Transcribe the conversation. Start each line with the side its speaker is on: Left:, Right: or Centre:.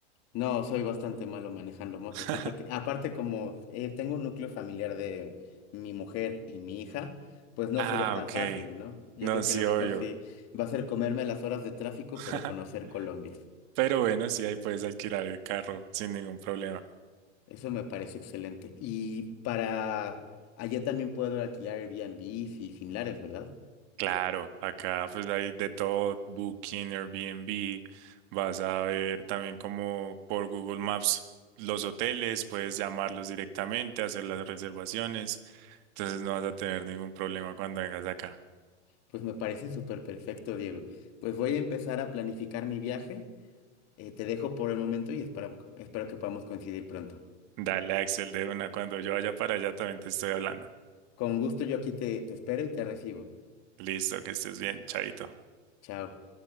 Left: No, soy bastante malo manejando motos.
Right: <laughs>
Left: Yo creo que, aparte como eh, tengo un núcleo familiar de mi mujer y mi hija, pues no
Right: Ah,
Left: sería tan
Right: ok.
Left: fácil, ¿no? Yo
Right: No,
Left: creo que
Right: sí,
Left: lo mejor
Right: obvio.
Left: sí va a ser comerme las horas de tráfico,
Right: <laughs>
Left: pero conocer Colombia.
Right: Pero bueno, sí, ahí puedes alquilar el carro sin ningún problema.
Left: Eso me parece excelente. Y para allá también puedo alquilar Airbnb y similares, ¿verdad?
Right: Claro, acá pues hay de todo, Booking, Airbnb, vas a ver también como por Google Maps los hoteles, puedes llamarlos directamente, hacer las reservaciones, entonces no vas a tener ningún problema cuando vengas acá.
Left: Pues me parece súper perfecto, Diego. Pues voy a empezar a planificar mi viaje. Eh, te dejo por el momento y espero, espero que podamos coincidir pronto.
Right: Dale, Axel, de una, cuando yo vaya para allá también te estoy hablando.
Left: Con gusto yo aquí te, te espero y te recibo.
Right: Listo, que estés bien, chaito.
Left: Chao.